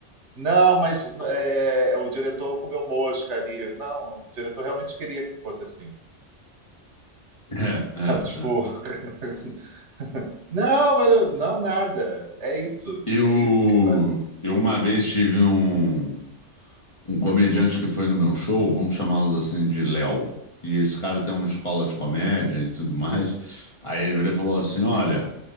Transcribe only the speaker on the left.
É, é,
é.
Eu,
eu uma vez tive um um comediante que foi no meu show, vamos chamá-los assim de Léo. E esse cara tem uma escola de comédia e tudo mais. Aí ele virou e falou assim: Olha,